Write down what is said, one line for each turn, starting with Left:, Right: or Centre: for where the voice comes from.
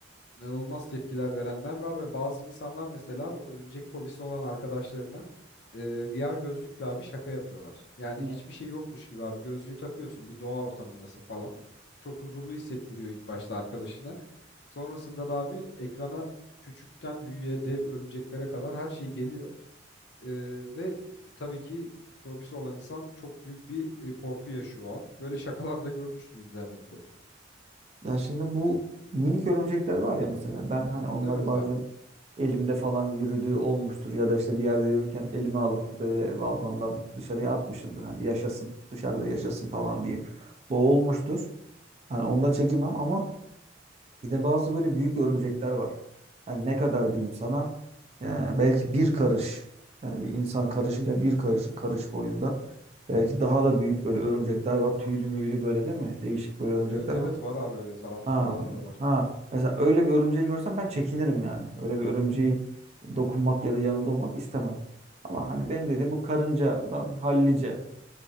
Left: inanılmaz tepkiler verenler var ve bazı insanlar mesela bu örümcek fobisi olan arkadaşlarına e, VR gözlükle abi şaka yapıyorlar. Yani
Right: Hmm.
Left: hiçbir şey yokmuş gibi abi gözlüğü takıyorsun bir doğa ortamındasın falan. Çok huzurlu hissettiriyor ilk başta arkadaşına. Sonrasında da abi ekrana küçükten büyüğe dev örümceklere kadar her şey geliyor. E, ve tabii ki fobisi olan insan çok büyük bir e, korku yaşıyor o an. Böyle şakalar da görmüştüm internette.
Right: Ya şimdi bu minik örümcekler var ya mesela ben hani onlar
Left: Evet
Right: bazen
Left: abi.
Right: elimde falan yürüdüğü olmuştur ya da işte bir yerde yürürken elime alıp böyle balkondan dışarıya atmışımdır hani yaşasın dışarıda yaşasın falan diye. O olmuştur. Hani onu da çekemem ama bir de bazı böyle büyük örümcekler var. Yani ne kadar diyeyim sana Ee, belki bir karış yani bir insan karışıyla bir karış, karış boyunda belki daha da büyük böyle örümcekler var. Tüylü müylü böyle değil mi? Değişik böyle örümcekler
Left: Evet evet
Right: var.
Left: var abi öyle tarantulalar
Right: Ha,
Left: da var.
Right: ha. Mesela öyle bir örümceği görsem ben çekinirim yani. Öyle bir örümceği dokunmak ya da yanında olmak istemem. Ama hani benim dediğim bu karıncadan hallice